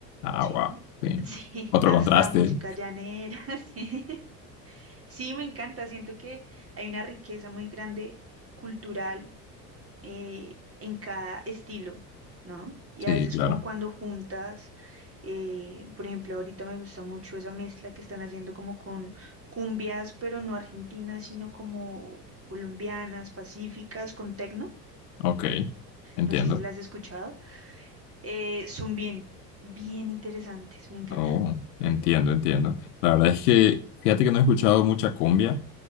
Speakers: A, on the right (about 25°); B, on the left (about 65°).
A: ¿sí?
B: Agua, sí.
A: <laughs> Sí,
B: Otro
A: hasta
B: contraste.
A: música llanera, <laughs> sí. Sí, me encanta. Siento que hay una riqueza muy grande cultural eh, en cada estilo, ¿no? Y
B: Sí,
A: a veces
B: claro.
A: como cuando juntas, eh, por ejemplo, ahorita me gusta mucho esa mezcla que están haciendo como con cumbias, pero no argentinas, sino como colombianas, pacíficas, con tecno.
B: Ok, entiendo.
A: No sé si las has escuchado. Eh, son bien, bien interesantes. Me encanta.
B: Oh, entiendo, entiendo. La verdad es que, fíjate que no he escuchado mucha cumbia.